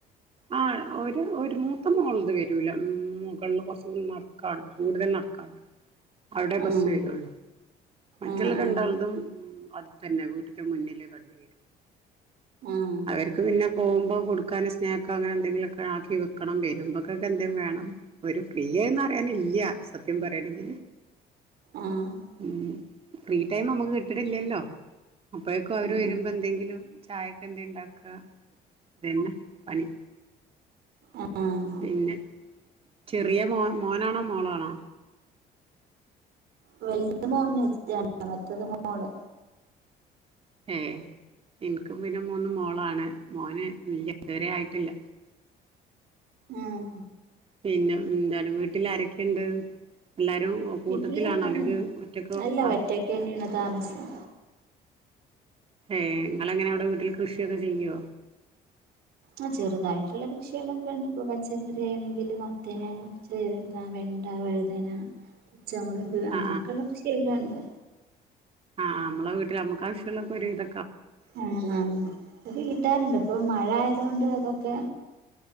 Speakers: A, on the right (about 35°); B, on the right (about 70°).
A: ആ ഒരു ഒരു മൂത്ത മോളത് വരു രൂല ഉം മുകളില് കൊറച്ച് നടക്കാണ്ട് കൂടുതൽ നടക്കാണ്ട് അവിടെ
B: ആഹ്
A: ബസ്സ് വരുള്ളു മറ്റുള്ള
B: ആഹ്
A: രണ്ടാളതും അടുത്തന്നെ വീട്ടന്റെ മുന്നില് കണ്ട വരും
B: ആഹ്
A: അവർക്ക് പിന്നെ പോകുമ്പോ കൊടുക്കാന് സ്നാക്ക് അങ്ങനെന്തെങ്കിലൊക്കെ ആക്കി വെക്കണം വരും ക്കൊക്കെ എന്തേ വേണം ഒരു ഫ്രീയേന്ന് അറിയാനില്ല സത്യം പറയാണെങ്കി
B: ആഹ് ആഹ്
A: ഉം ഫ്രീ ടൈം നമ്മുക്ക് കിട്ട്ണില്ലല്ലോ. അപ്പഴേക്കും അവര് വരുമ്പോ
B: ആഹ്
A: എന്തെങ്കിലും ചായക്കെ എന്തേണ്ടാക്ക ഇതന്നെ പണി
B: ആഹ് ആഹ്
A: പിന്നെ ചെറിയ മോൻ മോനാണോ മോളാണോ?
B: വലുത് മോന് രണ്ടാമത്തത് മോള്.
A: ഏ ഇൻക്കും പിന്നെ മൂന്ന് മോളാണ് മോന് ല്ല ഇതുവരെ ആയിട്ടില്ല.
B: ആഹ്
A: പിന്നെ ന്താണ് വീട്ടില് ആരൊക്കെണ്ട്? എല്ലാരും കൂട്ടത്തിലാണോ
B: വീട്ടില് ആഹ്
A: അല്ലെങ്കി ഒറ്റക്കോ
B: അല്ല
A: പാർത്തത്
B: ഒറ്റക്കന്നെയാണ് താമസം.
A: ഏഹ് ഇങ്ങളെങ്ങനെ അവിടെ വീട്ടിൽ കൃഷിയൊക്കെ ചെയ്യോ?
B: ആ ചെറുതായിട്ടുള്ള കൃഷികളൊക്കെണ്ട് ഇപ്പൊ പച്ചക്കറി ആണെങ്കില് മത്തന്, ചെരങ്ങ, വെണ്ട, വഴുതന ച്ച മൊളക് അങ്ങനെയൊക്കെള്ളത്
A: ആ
B: ശെയ്യാണ്ട്
A: ആഹ് ആഹ് അമ്മള വീട്ടില് അമ്മക്കാഷ്ട്ടള്ളക്കൊരു വിധ
B: ആഹ് ആഹ് <unintelligible> കിട്ടാറ്ണ്ട്പ്പം മഴ ആയതൊണ്ട് ഇതൊക്കെ